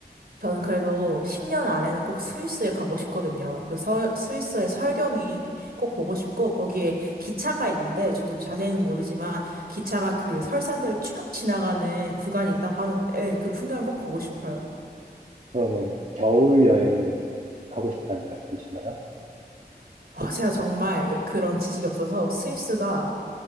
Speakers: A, on the right; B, on the right.
A: 저는 그래도 10년 안에는 꼭 스위스에 가고 싶거든요. 그 서, 스위스의 설경이 꼭 보고 싶고, 거기에 기차가 있는데, 저도 자세히는 모르지만, 기차가 그 설산들을 쭉 지나가는 구간이 있다고 하는데, 예, 그 풍경을 꼭 보고 싶어요.
B: 그러면 겨울 여행을 하고 싶다는 말씀이신가요?
A: 어, 제가 정말 예- 그런 지식이 없어서 스위스가